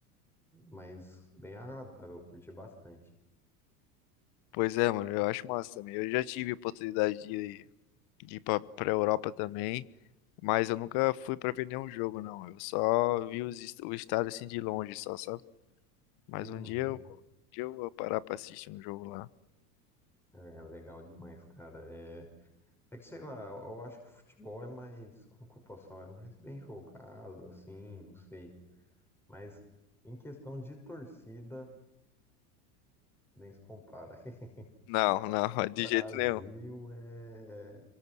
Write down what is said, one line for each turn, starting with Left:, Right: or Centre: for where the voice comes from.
Centre: mas bem agradável, eu curti bastante.
Left: Pois é, mano, eu acho massa também. Eu já tive oportunidade de, de ir pra, pra Europa também, mas eu nunca fui pra ver nenhum jogo, não. Eu só vi os, est- o estádio assim de longe, só, sabe? Mas
Centre: Uhum.
Left: um dia, eu- um dia eu vou parar pra assistir um jogo lá.
Centre: É legal demais, cara. é É que sei lá, eu acho que o futebol é mais, como que eu posso falar, é mais bem jogado, assim, não sei. Mas em questão de torcida, nem se compara. <laughs>
Left: Não, não, <laughs> de
Centre: Brasil
Left: jeito nenhum.
Centre: é,